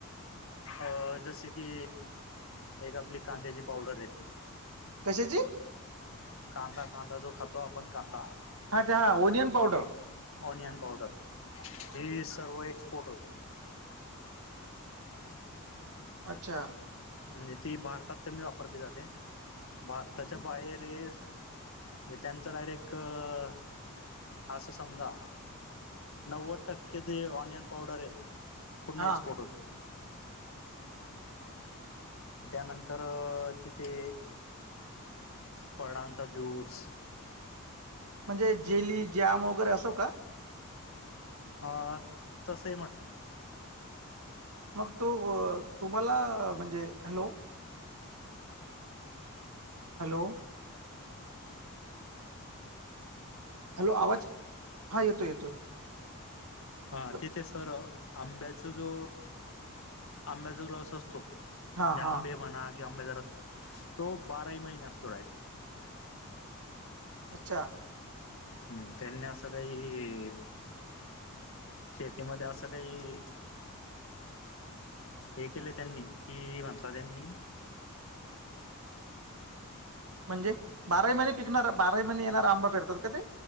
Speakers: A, on the left (about 65°); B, on the right (about 90°).
A: अ जसे की एक आपली कांद्याची पावडर येते
B: कशाची
A: कांदा कांदा जो खातो आपण कांदा
B: अच्छ हा ओनियन पावडर
A: ओनियन पावडर हे सर्व एक्सपोर्ट होते
B: <inaudible> अच्छा
A: म्हणजे ती भारतात कमी वापरली जाते भारताच्या बाहेर म्हणजे त्यांचा डायरेक्ट अ असं समजा नव्वद टक्के ते ऑनियन पावडर आहे पुूर्ण
B: हा
A: एक्सपोर्ट होते त्यानंतर तिथे पळांचा जूस
B: म्हणजे जेली जॅम वगैरे असो का
A: अ तसही म्हट
B: मग तो तुम्हाला म्हणजे हॅलो हॅलो हॅलो आवाज हा येतोय येतोय
A: हा
B: त-
A: तेथे सर आंब्याचा जो आंब्याचा रस असतो
B: हा
A: लांबे
B: हा
A: बनाक कि आंबेदरा तो बाराही महिने असतोडायरी
B: अच्छा
A: हम्म त्यांनी असं काही शेतीमध्ये असं काही.. हे केले त्यांनी कि म्हटला त्यांनी...
B: म्हणजे बाराही महिने पिकणारा बाराही महिने येणारा आंबा फिरतात का ते...